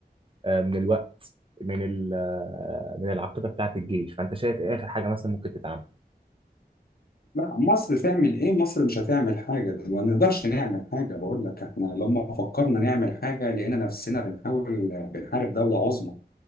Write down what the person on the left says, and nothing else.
لا مصر تعمل ايه مصر مش هتعمل حاجه دل- ما نقدرش نعمل حاجه بقول لك احنا لما فكرنا نعمل حاجه لقينا نفسنا بنحاول بنحارب دوله عظمى